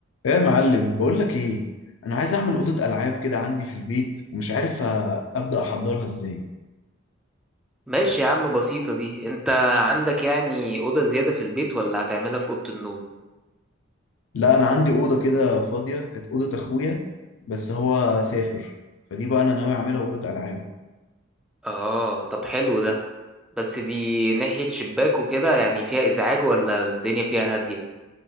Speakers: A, on the left; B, in the centre.
A: ايه يا معلم بقول لك ايه انا عايز اعمل اوضه العاب كده عندي في البيت ومش عارف أ- ابدا احضرها ازاي
B: ماشي يا عم بسيطة دي انت عندك يعني أوضة زيادة في البيت ولا هتعملها في أوضة النوم؟
A: لا انا عندي اوضه كده فاضيه كانت اوضه اخويا بس هو سافر فدي بقى انا ناوي اعملها اوضه العاب
B: اه طب حلو ده بس دي ناحية شباك وكده يعني فيها إزعاج ولا الدنيا فيها هادية؟